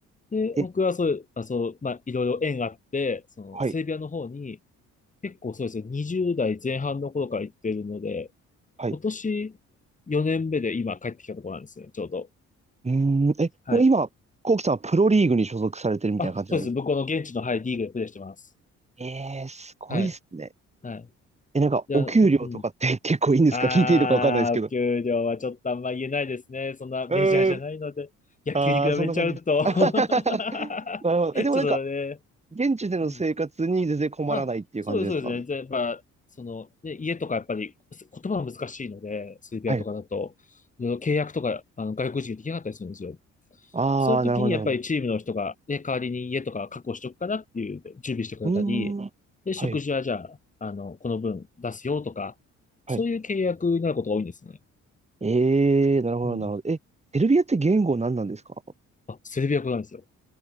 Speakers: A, on the left; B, on the right.
A: で、
B: え、
A: 僕はそういう、あ、そう、まあいろいろ縁があって、そのセルビアの方に、
B: はい、
A: 結構そうですね、20代前半の頃から行ってるので、
B: はい。
A: 今年4年目で今帰ってきたところなんですね、
B: う
A: ちょうど。
B: ーん、え、
A: はい。
B: もう今、コウキさんはプロリーグに所属されてるみたいな感じなんですか
A: あ、そうです。向こうの現地の、はい、リーグでプレーしてます。
B: ええー、すごいですね。
A: はい。はい。
B: え、なんか、
A: じゃあ、
B: お給料とかって結構いいんですか
A: うん。あー、
B: <laughs> 聞いていいのかわかんないですけど。
A: お給料はちょっとあんま言えないですね。そんなメジャーじゃないので、
B: うーん。
A: 野球に比べちゃうと
B: ああ、そんな感じです。<laughs>
A: <laughs>
B: なるほど。
A: ちょっとね、
B: え、でもなんか、現地での生活に全然困らないっていう感じですか
A: うんあ、そうです、そうですね。じやっぱ、その、ね、家とかやっぱりす言葉は難しいので、セルビアとかだと、
B: はい。
A: いろいろ契約とか、あの、外国人できなかったりするんですよ。
B: ああ、
A: そういう時にやっぱりチームの人が、
B: なるほど、なるほど。
A: ね、代わりに家とか確保しとくからっていう、準備してくれたり、
B: うーん。
A: で、食事はじゃあ、
B: はい、
A: あの、この分出すよとか、
B: はい。
A: そういう契約になることが多いんですね。
B: ええー、なるほど、
A: うん。
B: なるほど。え、セルビアって言語何なんですか
A: あ、セルビア語なんですよ。